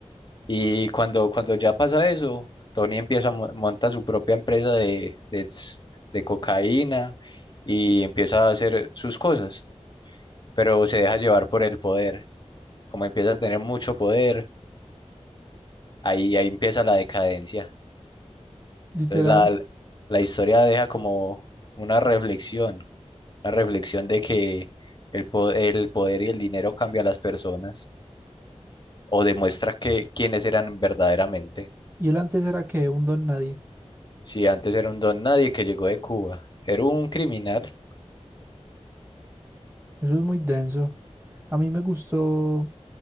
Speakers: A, on the left (about 40°); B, on the right (about 20°).
A: Y cuando, cuando ya pasa eso, Tony empieza a mo- monta su propia empresa de, de, s- de cocaína y empieza a hacer sus cosas, pero se deja llevar por el poder. Como empieza a tener mucho poder, ahí, ahí empieza la decadencia.
B: Literal.
A: Entonces la, la historia deja como una reflexión, una reflexión de que el, po- el poder y el dinero cambia a las personas o demuestra que quiénes eran verdaderamente.
B: Y él antes era que un don nadie.
A: Sí, antes era un don nadie que llegó de Cuba. Era un criminal.
B: Eso es muy denso. A mí me gustó,